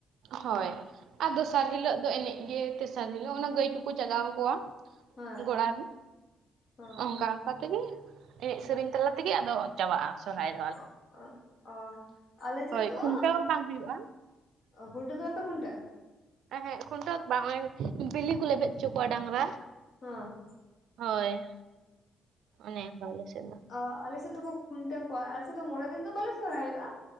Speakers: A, on the right (about 80°); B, on the left (about 55°).
A: ᱦᱳᱭ ᱟᱨ ᱫᱚᱥᱟᱨ ᱦᱤᱞᱟᱹᱜ ᱫᱚ ᱮᱱᱮᱡ ᱜᱮ ᱛᱮᱥᱟᱨ ᱦᱤᱞᱟᱹᱜ ᱚᱱᱟ ᱜᱟᱹᱭ ᱠᱚᱠᱚ ᱡᱟᱜᱟᱣ ᱠᱚᱣᱟ᱾
B: ᱦᱮᱸ
A: ᱜᱚᱲᱟ ᱨᱮ
B: ᱦᱮᱸ
A: ᱚᱱᱠᱟ ᱚᱱᱠᱟ ᱛᱮᱜᱮ ᱮᱱᱮᱡ ᱥᱮᱨᱮᱧ ᱛᱟᱞᱟ ᱛᱮᱜᱮ ᱟᱫᱚ, ᱪᱟᱵᱟᱜᱼᱟ ᱥᱚᱨᱦᱟᱭ-ᱼ
B: ᱚ ᱚ ᱚ ᱟᱞᱮ ᱥᱮᱫ
A: ᱦᱳᱭ
B: ᱫᱚ
A: ᱠᱷᱩᱱᱴᱟᱹᱣ ᱵᱟᱝ ᱦᱩᱭᱩᱜᱼᱟ?
B: ᱚ ᱠᱷᱩᱱᱴᱟᱹ ᱫᱚ ᱵᱟᱯᱮ ᱠᱷᱩᱱᱴᱟᱹᱜ-ᱟ?
A: ᱮᱸ ᱦᱮᱸᱜ ᱠᱷᱩᱱᱴᱟᱹᱣ ᱫᱚ ᱵᱟᱝ ᱵᱤᱞᱤ ᱠᱚ ᱞᱮᱵᱮᱫ ᱦᱚᱪᱚ ᱠᱚᱣᱟ ᱰᱟᱝᱨᱟ᱾
B: ᱚ,
A: ᱦᱳᱭ, ᱚᱱᱮ ᱚᱱᱠᱟ ᱟᱞᱮ ᱥᱮᱫ ᱫᱚ᱾
B: ᱚ ᱟᱞᱮ ᱥᱮᱫ ᱫᱚ ᱠᱚ, ᱠᱷᱩᱱᱴᱟᱹᱣ ᱠᱚᱣᱟ ᱟᱞᱮ ᱥᱮᱫ ᱫᱚ ᱢᱚᱬᱮ ᱫᱤᱱ ᱫᱚ ᱵᱟᱞᱮ ᱥᱚᱨᱦᱟᱭᱚᱜᱼᱟ